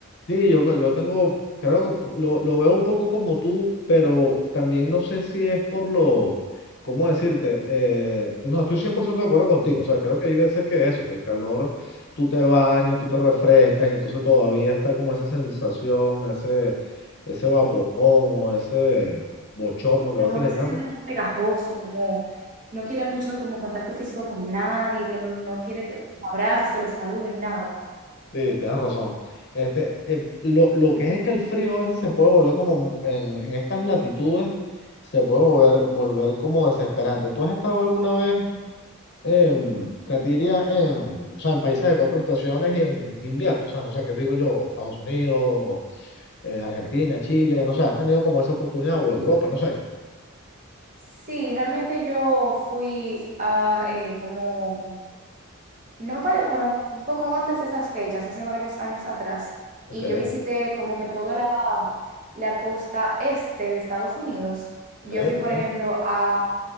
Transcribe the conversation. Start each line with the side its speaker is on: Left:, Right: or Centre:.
Left: Sí, yo, creo- yo tengo, creo que lo, lo veo un poco como tú, pero también no sé si es por lo, ¿cómo decirte? Eh, no, estoy 100% de acuerdo contigo, o sea, creo que hay veces que eso, que el calor, tú te bañas, tú te refrescas y entonces todavía está como esa sensación, ese, ese vaporón o ese bochorno que
Right: como
Left: a veces
Right: que uno
Left: le
Right: se
Left: llaman,
Right: siente como pegajoso, como no quiere mucho como contacto físico con nadie, que no, no quiere que abrazos, que los saluden, nada.
Left: Sí, tienes razón. Este, eh, lo, lo que es que el frío a veces se puede volver como en, en estas latitudes, se puede volver, volver como desesperante. ¿Tú has estado alguna vez, en Katiria, en, o sea, en países de cuatro estaciones y en invierno? O sea, no sé, ¿qué te digo yo? Estados Unidos, eh, Argentina, Chile, no sé, ¿has tenido como esa oportunidad o Europa, no sé?
Right: Sí, realmente yo fui a eh, como, no para, bueno, un poco antes de esas fechas, hace varios años atrás,
Left: Ok,
Right: y yo visité como que toda la, la costa este de Estados Unidos. Yo
Left: ok,
Right: fui, por
Left: ok,
Right: ejemplo, a,